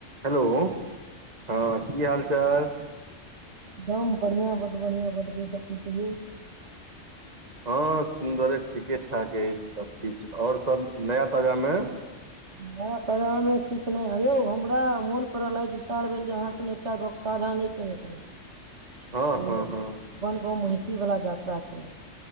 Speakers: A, on the right; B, on the right.
A: Hello हँ की हाल चाल
B: एकम बढ़ियां बड्ड बढ़ियां बड बेस अपने कहियौ
A: हँ सुन्दरे ठीके ठाक ऐछ सब किछ और सब नया ताजा मे
B: नया ताजा मे किछ नय यौ हमरा मोन पड़ल ह विचार भेल जे अहाँ संगे एकटा गप साझा नय केने छलो
A: हँ
B: ओ
A: हँ हँ
B: वनगाँव महिषी वाला यात्रा के